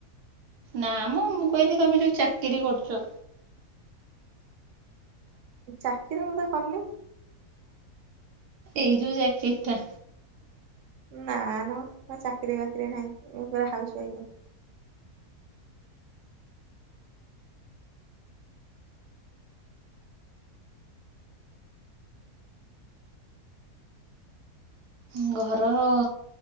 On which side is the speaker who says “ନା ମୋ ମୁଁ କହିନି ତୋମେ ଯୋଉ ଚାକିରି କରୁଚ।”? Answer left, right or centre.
Right